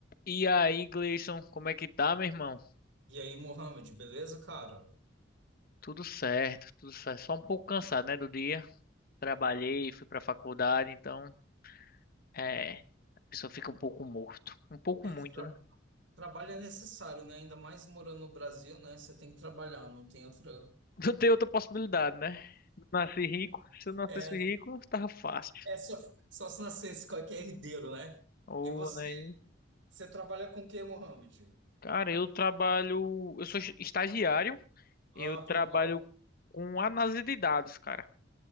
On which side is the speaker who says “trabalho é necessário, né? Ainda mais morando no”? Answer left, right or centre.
Right